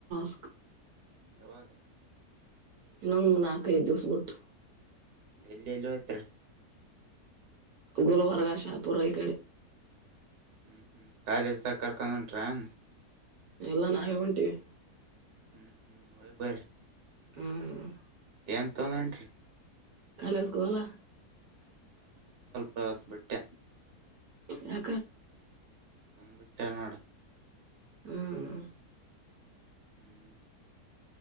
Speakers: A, on the right; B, on the right.
A: ಸ್ಕ್.
B: ಯಾಗಾಗ
A: ಇಂಗ್ ನಕ ಜದುಸಬುಟ್ಟು.
B: ಎಲ್ಲಿ ಎಲ್ಲ ಅತ್ರ
A: ಗುಲ್ಬರ್ಗ ಶಾಪುರ ಈ ಕಡೆ
B: ಹ್ಮ ಹ್ಮ್ ಕಾಲೇಜ ತ ಕಕಟ್ರ್ಯಾಾಮ
A: ಎಲ್ಲ ನಾವೇ ಉಂಟೀವಿ
B: ಹ್ಮ್ ಹ್ಮ್ ರಬರ್
A: ಹ್ಮ್
B: ಎಂಂತಂದಂ ರರಿ
A: ಕಾಲಸ ಗೋಲ
B: ಪತ್ ಬಿಿಟ್ಟ
A: ಯ
B: ಸಂಂಬಿಟ್ಟ ನೋಡ
A: ಹ್ಮ್
B: ಹ್ಮ್